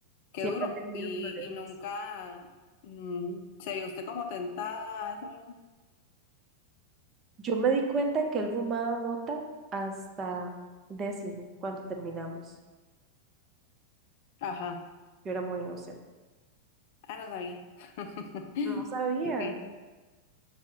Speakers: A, on the left; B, on the right.
A: Qué
B: Siempre
A: duro.
B: ha tenido
A: Y,
B: problemas.
A: y nunca mm, se vio usted como tentada, a eso mismo.
B: Yo me di cuenta que él fumaba mota hasta décimo, cuando terminamos.
A: Ajá.
B: Yo era muy inocente.
A: Ah, no sabía. <laughs>
B: No sabía,
A: Ok.